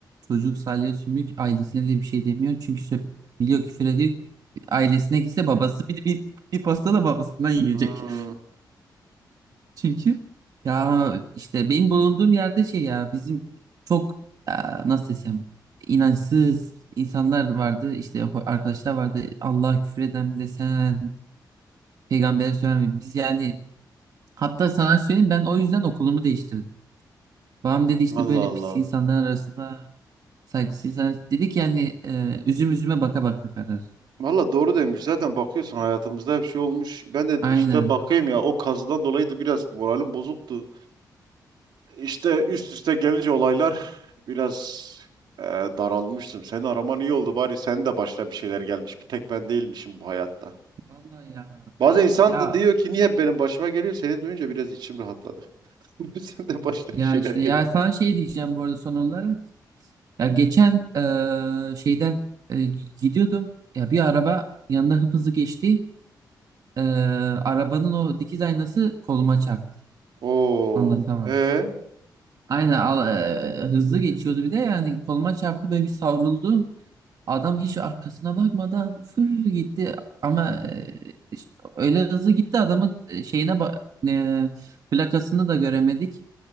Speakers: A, on the right; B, on the right.
A: Çocuk salya sümük ailesine de bir şey demiyor. Çünkü söp biliyor küfür ediyor. Ailesine gitse babası bir, bir, bir pasta da babasından yiyecek.
B: Hmm.
A: <laughs> Çünkü ya işte benim bulunduğum yerde şey ya bizim çok e, nasıl desem inançsız insanlar vardı. İşte ho- arkadaşlar vardı. Allah'a küfür eden bize sen peygambere söylemeyin. Biz yani Hatta sana söyleyeyim ben o yüzden okulumu değiştirdim. Babam dedi işte
B: Allah
A: böyle
B: Allah.
A: pis insanlar arasında saygısız insan- dedi ki yani e, üzüm üzüme baka baka karar.
B: Valla doğru demiş. Zaten bakıyorsun hayatımızda hep şey olmuş. Ben de
A: Aynen.
B: işte bakayım ya o kazıdan dolayı da biraz moralim bozuktu. İşte üst üste gelince olaylar <laughs> biraz e, daralmıştım. Seni araman iyi oldu bari. Senin de başına bir şeyler gelmiş. Bir tek ben değilmişim bu hayatta.
A: Vallahi ya.
B: Bazen insan
A: Ya
B: da diyor ki niye hep benim başıma geliyor? Seni duyunca biraz içim rahatladı. <laughs> Sen de başına
A: ya
B: bir şeyler
A: işte
B: gelip.
A: ya sana şey diyeceğim bu arada son olarak. Ya geçen e, şeyden e, gidiyordum. Ya bir araba yanına hıp hızlı geçti. E, arabanın o dikiz aynası koluma çarptı.
B: Oo,
A: Anlatamam.
B: e
A: Aynen al- e, hızlı geçiyordu bir de yani koluma çarptı ve bir savruldum. Adam hiç arkasına bakmadan fır gitti ama e, ş- öyle hızlı gitti adamın e, şeyine ba- e, plakasını da göremedik.